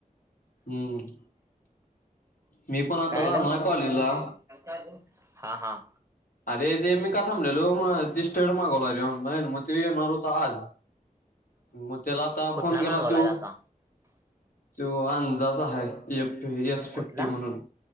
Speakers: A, on the left; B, on the right.
A: हम्म मी पण आता
B: कायलं?
A: जाणार
B: आणी
A: कॉलेजला.
B: काय अजुन? हा हां.
A: अरे ते मी का थांबलेलो म ते स्टेंड मागवला रे ऑनलाईन, म ते येणार होतं आज. म त्याला आता
B: कुठला
A: फोन केला
B: मागवलाय
A: त्यो
B: असा
A: तो अंजाचा हाय, एफ् एस फिफ्टी
B: कुठला
A: म्हणून.